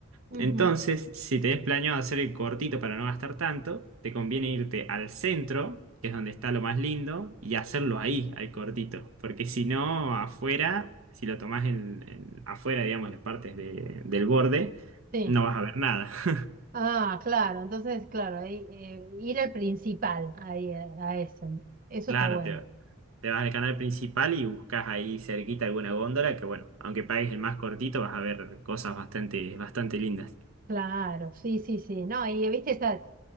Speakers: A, on the right (about 40°); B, on the right (about 80°).
A: ujú,
B: Entonces, si tenés planeado hacer el cortito para no gastar tanto, te conviene irte al centro, que es donde está lo más lindo, y hacerlo ahí, al cortito. Porque si no, afuera, si lo tomás en, en- afuera, digamos, las partes de- del borde,
A: sí.
B: no vas a ver nada. <laughs>
A: Ah, claro, entonces, claro, ahí, eh, ir al principal, ahí, a, a eso. Eso
B: Claro,
A: está bueno.
B: te, te vas al canal principal y buscas ahí cerquita alguna góndola, que bueno, aunque pagues el más cortito, vas a ver cosas bastante, bastante lindas.
A: Claro, sí, sí, sí. No, y viste esa